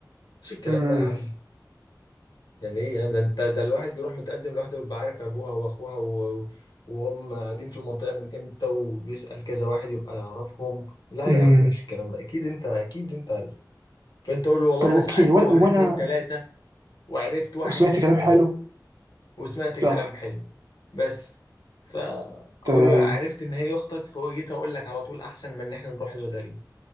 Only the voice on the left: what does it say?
مش الكلام
ده يا عم يعني ايه يعني ده انت ده الواحد بيروح متقدم لوحده بيبقى عارف ابوها واخوها و... وهم قاعدين في المنطقه من امتى وبيسال كذا واحد يبقى يعرفهم لا
يا عم مش الكلام ده اكيد انت اكيد انت عارف فانت قول له والله
انا سالت
واحد
اتنين تلاته وعرفت واحد
اتنين
تلاته
وسمعت
كلام حلو بس فاقول
له عرفت ان هي اختك فجيت اقول لك على طول احسن من ان احنا نروح للغريب